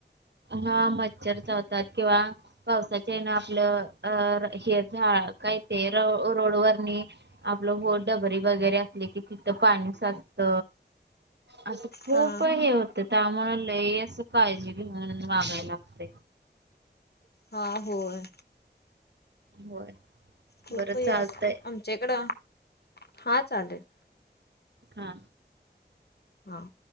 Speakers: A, on the right; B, on the left.
A: हा मच्छर चावतात किंवा. पावसाच्या येन आपलं अ हे झा काय ते र रोड वणी. आपलं हो. डबरी वगैरे असली की तिथं पाणी साचत असं खूप
B: हा
A: हे होत. तर त्यामुळे लई असं काळजी घे म्हणून वागायला लागत.
B: हा होय
A: होय.
B: खूपही
A: बरं चालतंय
B: असते आमच्याकडं हा चालेल.
A: हा.
B: हां.